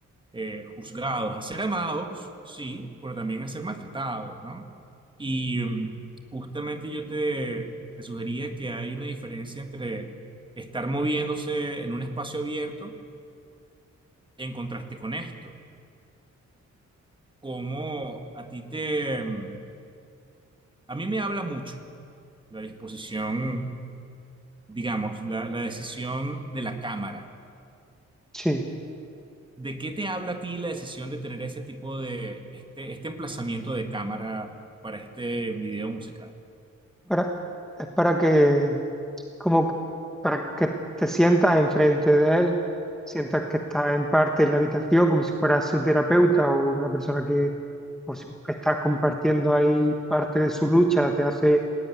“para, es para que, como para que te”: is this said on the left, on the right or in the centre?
Centre